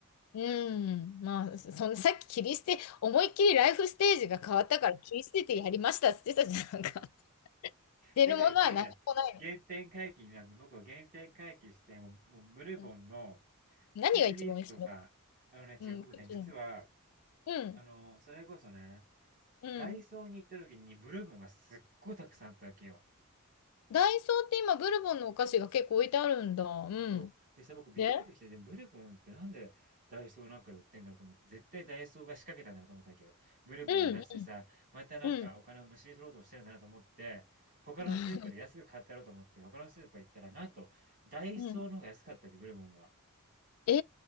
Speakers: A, on the left; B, on the right.
A: うん。まあ、そのさっき切り捨て、思いっきりライフステージが変わったから切り捨ててやりましたって言ってたじゃんなんか。<laughs> 出るものは何もないの。
B: だから言っていいじゃん。原点回帰になって、僕は原点回帰して、もう、もうブルボンの
A: うん、何が一番美味しいの
B: プチシリーズとか、あのね、
A: うん、
B: 違う、僕ね、
A: 北京
B: 実は、
A: うん、
B: あの、それこそね、
A: うん。
B: ダイソーに行った時にブルボンがすっごいたくさんあったわけよ。
A: ダイソーって今、ブルボンのお菓子が結構置いてあるんだ。うん。
B: そう。でさ、僕びっくりして、
A: で
B: で、ブルボンってなんでダイソーなんか売ってんだろうと思って、絶対ダイソーが仕掛けたんだなと思ったわけど、ブルボンを出してさ、
A: うん、
B: またなんかお金をむしり取ろうとしてるんだなと思って、
A: うん。
B: 他のスーパーで安く買ったろうと思って、
A: うん
B: 他のスーパー行ったら、なんと、ダイソーの方が安かったわけ、
A: うん
B: ブルボンが。
A: え